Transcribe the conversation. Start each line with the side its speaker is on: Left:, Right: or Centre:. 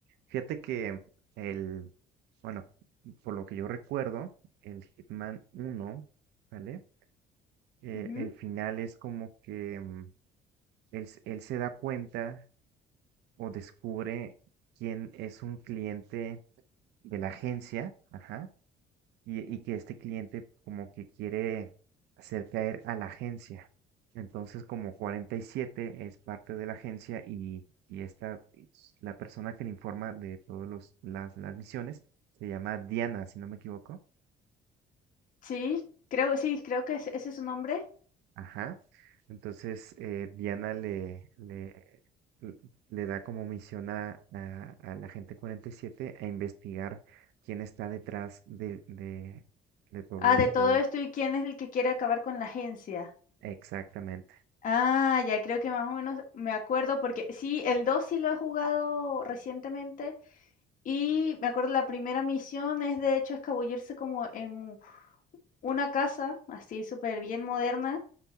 Right: Fíjate que el, bueno, por lo que yo recuerdo, el Hitman uno, ¿vale? Eh,
Left: Ujú.
Right: el final es como que mm, él, s- él se da cuenta o descubre quién es un cliente de la agencia, ajá, y, y que este cliente como que quiere hacer caer a la agencia. Entonces, como 47 es parte de la agencia y, y esta, es la persona que le informa de todas las, las misiones se llama Diana, si no me equivoco.
Left: Sí, creo que sí, creo que es- ese es su nombre.
Right: Ajá. Entonces, eh, Diana le, le l- le da como misión a, a, a la gente 47 a investigar quién está detrás de, de, de todo,
Left: Ah, de todo
Right: todo.
Left: esto, ¿y quién es el que quiere acabar con la agencia?
Right: Exactamente.
Left: Ah, ya creo que más o menos me acuerdo porque sí, el 2 sí lo he jugado recientemente Y me acuerdo la primera misión es de hecho escabullirse como en una casa, así súper bien moderna,